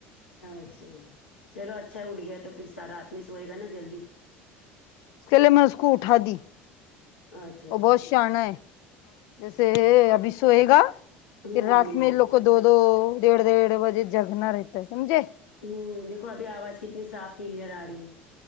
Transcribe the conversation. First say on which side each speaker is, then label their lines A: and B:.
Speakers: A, on the left (about 85°); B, on the left (about 55°).
A: اچھا چلو اچھا ہے اٹھ گیا تو پھر س رات میں سوئے گا نا جلدی
B: اس کےلیے میں اس کو اٹھا دی
A: اچھا
B: وہ
A: اچھا
B: بہت شانہ ہے جیسے ابھی سوئے گا
A: ہوں
B: پھر رات
A: ہوں
B: میں لوگ کو دو دو دھڑ دھڑ بجے جگنا رہتا ہے سمجے
A: ہمم دیکھو ابھی آواز کتنی صاف کلیئر آ رہی ہے